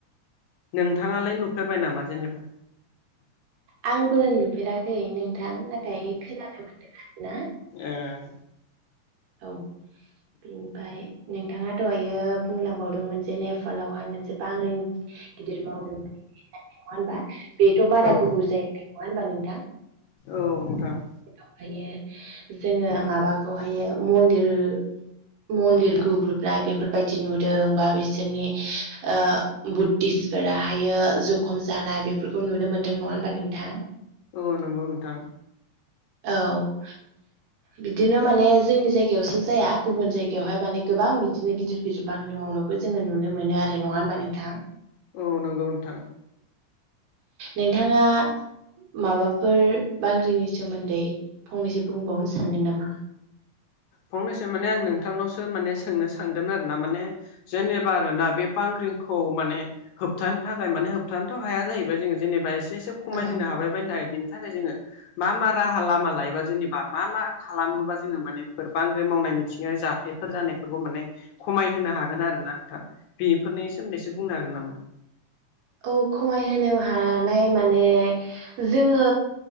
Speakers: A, on the left; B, on the right.
A: नोंथाङालाय नुफेरबाय नामा जेनेबा?
B: आंबो नुफेराखै नोंथां नाथाय खोनानो मोनदों आरो ना।
A: एओ
B: औ बेनिफ्राय नोंथाङा दहायो बुंलांबावदोंमोन जे ने फालावहाय मोनसे बांग्रि गिदिर मावदों होननानै नङा होनबा बेथ' बारा
A: ओ औ
B: गोबाव जायाखै नङा होनबा नोंथां।
A: औ नोंथां
B: ओफायो जोङो माबाखौहायो मन्दिर मन्दिर ग्रुबनाय बेफोरबायदि नुदों बा बिसोरनि ओ बुद्धिस फोराहायो जखम जानाय बेफोरखौ नुनो मोन्दों नङा होनबा नोंथां।
A: औ नंगौ नोंथां
B: औ बिदिनो माने जोंनि जायगायावसो जाया गुबुन जायगायावहाय माने गोबां बिदिनो गिदिर गिदिर बांग्रि मावनाय खौ जोङो नुनो मोनो आरो नङा होनबा नोंथां।
A: औ नंगौ नोंथां।
B: नोंथाङा माबाफोर बांग्रिनि सोमोन्दै फंनैसो बुंबावनो सानदों नामा?
A: फंनैसो माने आं नोंथांनावसो माने सोंनो सानदोंमोन आरो ना माने जेनेबा आरोना बे बांग्रिंखौ माने होबथानो थाखाय माने होबथानोथ' हाया जाहैबाय जोङो जेनेबा एसे एसे खमायहोनो
B: औ
A: हाबाय बनि थाखाय बेनि थाखाय जोङो मा मा राहा लामा लायोबा जेनेबा मा मा खालामोबा जोङो माने बेफोर बांग्रि मावनाय मिथिंगायारि जाथायफोर जानायफोरखौ माने खमाय होनोनो हागोन आरो ना नोंथां। बेफोरनि सोमोन्दैसो बुंनो हागोन नामा?
B: औ खमाय होनोनो हानाय माने जोङो